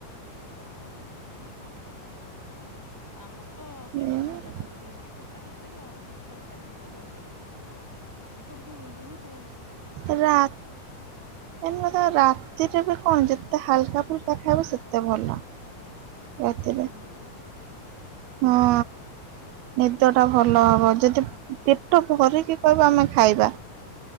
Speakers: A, in the centre; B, on the right.
A: ଇଏ କଥା ଆଉ କିଛି ନାହିଁ ହିଁ ଆମର ତ
B: ହୁଁ
A: ପ୍ଲେନ୍ ଭଜା ଭାଜି ଦେଇଛି କଟା କରିଦେବି ଆଉ କିଛି ତରକାରୀ ପତ୍ର କରିପାରିବିନି ଆଜି ଆଉ। ଏଇ ତ ଗୁଳି ଗୁଳି ହ
B: ରା ଏ ରାତିରେ ବି କଣ ଯେ ତେ ହାକା ଫୁଲକା ଖାଇବ ସେତେ ଭଲ। ରାତିରେ
A: ଯେତେ ଭଲ
B: ହଁ। ନିଦ ଟା ଭଲ ହବ। ଯଦି ପେଟ ଭରିକି କହିବ ଆମେ ଖାଇବା